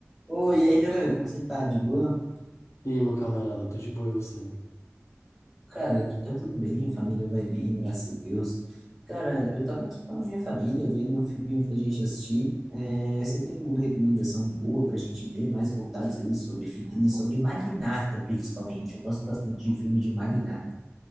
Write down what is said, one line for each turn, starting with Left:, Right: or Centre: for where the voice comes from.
Centre: Oi, e aí, Renan, como você tá? De boa?
Left: E aí, meu camarada, eu tô de boa e você?
Centre: Cara, aqui tá tudo bem, a família vai bem, graças a Deus. Cara, eu tava aqui com a minha família vendo um filminho pra gente assistir. É, você tem alguma recomendação boa pra gente ver, mais voltados ali sobre finanças, sobre magnata, principalmente? Eu gosto bastante de filme de magnata.